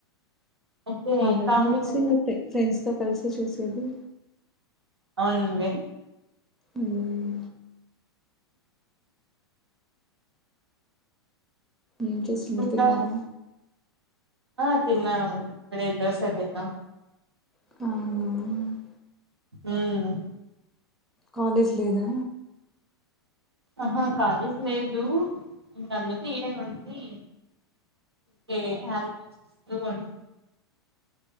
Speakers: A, on the right (about 80°); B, in the centre.
A: అయితే
B: హర్రర్
A: కామెడీ
B: మూవీస్
A: మూవీ
B: ఇంగా ఫె ఫ్రెండ్స్తో కలిసి చూసేది
A: అవునండి
B: ఉమ్ ఏం చేస్తున్నారు
A: ఇంకా
B: తిన్నారా
A: ఆ తిన్నా అదే దోస తిన్నం
B: అవున
A: ఉమ్
B: కాలేజ్ లేదా
A: ఆహా కాలేజ్ లేదు ఇంక అందుకే ఈడే ఉండి కే అన్ నువ్వన్